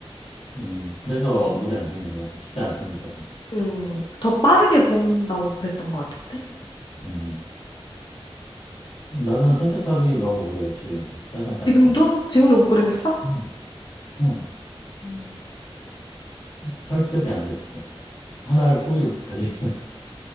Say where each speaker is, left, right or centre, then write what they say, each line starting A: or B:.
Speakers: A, on the left; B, on the left.
A: 음. 그래서 물이 안 생기나 봐. 진짜 안 생기더라고.
B: 그그음더 빠르게 볶는다고 그랬던 것 같은데
A: 음. 나는 선택하기 너무 어려워, 지금도. 짜장, 짬뽕.
B: 지금도 지금도 못 그러겠어?
A: 음. 음.
B: 음,
A: 설득이 안 됐어. 하나를 포기를 못 하겠어.